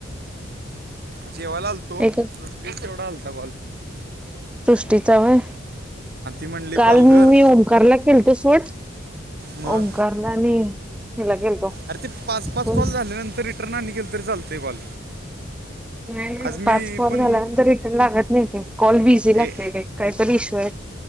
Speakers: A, on the right; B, in the centre.
A: जेव्हा लालतो
B: एकच
A: सृष्टी तेवढा हलता गॉल्.
B: सृष्टीचा ह.
A: म्हणली
B: काल
A: कॉल
B: म
A: कर
B: मी ओंकारला केलतो स्वट
A: मग
B: ओमकारला आणि हिला केलतो
A: अरे ते पाच पाच
B: कोण
A: कॉल झाल्यानंतर रिटर्न आण केले तरी चालतेय कॉल
B: नाही नाही
A: आज मी
B: पाच कॉल
A: पण
B: झाल्यानंतर इ. लागत नाही ते कॉल बी इझी
A: हे
B: लागते ते काहीतरी इश्यू आहे.